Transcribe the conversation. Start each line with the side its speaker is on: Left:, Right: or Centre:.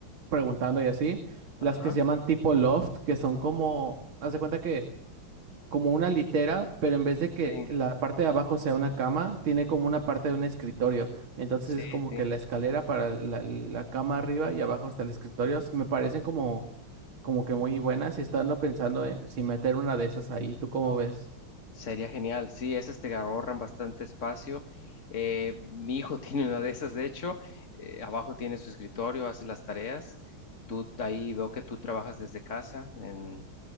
Right: preguntando y así. Las
Left: ajá,
Right: que se llaman tipo loft, que son como, haz de cuenta que como una litera, pero en vez de que
Left: sí,
Right: la parte de abajo sea una cama, tiene como una parte de un escritorio. Entonces
Left: sí,
Right: es como
Left: sí.
Right: que la escalera para la, la cama arriba y abajo está el escritorio. S- Me parecen como, como que muy buenas y estoy andando pensando en si meter una de esas ahí. ¿Tú cómo ves?
Left: Sería genial, sí, esas te ahorran bastante espacio. Eh, mi hijo <laughs> tiene una de esas, de hecho, eh, abajo tiene su escritorio, hace las tareas. Tú ahí veo que tú trabajas desde casa, en,